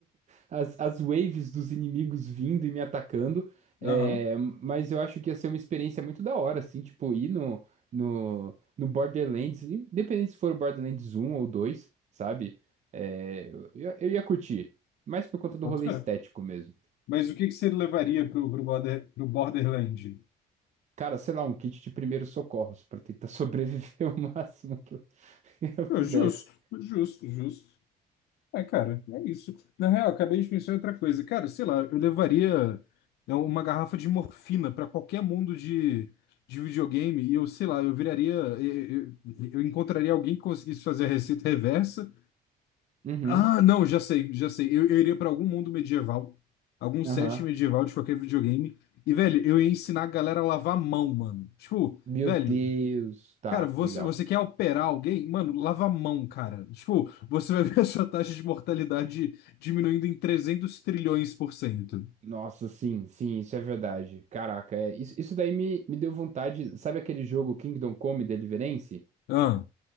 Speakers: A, on the right (about 45°); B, on the left (about 75°).
A: as, as waves dos inimigos vindo e me atacando. É,
B: aham,
A: mas eu acho que ia ser uma experiência muito da hora, assim, tipo, ir no, no, no Borderlands, independente se for o Borderlands um ou 2, Sabe? É, eu, eu ia curtir, mas por conta do
B: boto
A: rolê
B: fé.
A: estético mesmo.
B: Mas o que que você levaria pro, pro, border, pro Borderland?
A: Cara, sei lá, um kit de primeiros socorros pra tentar sobreviver <laughs> o máximo que eu, <laughs> que eu
B: Pô,
A: pudesse.
B: Justo, justo, justo. É, cara, é isso. Na real, acabei de pensar em outra coisa. Cara, sei lá, eu levaria é, uma garrafa de morfina para qualquer mundo de, de videogame e eu, sei lá, eu viraria. Eu, eu- eu encontraria alguém que conseguisse fazer a receita reversa.
A: Uhum,
B: Ah, não, já sei, já sei. Eu, eu iria para algum mundo medieval, algum set
A: aham.
B: medieval de qualquer videogame. E, velho, eu ia ensinar a galera a lavar a mão, mano. Tipo,
A: Meu
B: velho.
A: Deus, tá,
B: Cara, você,
A: legal.
B: você quer operar alguém? Mano, lava a mão, cara. Tipo, você vai ver a sua taxa de mortalidade diminuindo em 300 trilhões por cento.
A: Nossa, sim, sim, isso é verdade. Caraca, é, isso, isso daí me, me deu vontade. Sabe aquele jogo Kingdom Come Deliverance?
B: Ah,